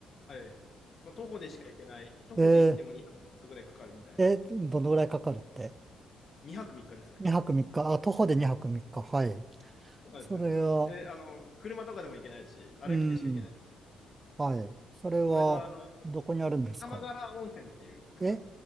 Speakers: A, on the left; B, on the right.
A: はい。まあ、徒歩でしか行けない、徒歩で行っても2泊3日ぐらいかかるみたいな、
B: えー、え、どのぐらいかかるって
A: 2泊3日ですね。
B: ?2 泊3日、あ、徒歩で2泊3日、はい。
A: そうなんですよ。
B: それは、
A: で、あの、車とかでも行けないし、歩きでしか行けない。
B: うん、はい。それは、
A: 俺が、あの、
B: どこにあるんですか
A: 高間原温泉っていう、高
B: え、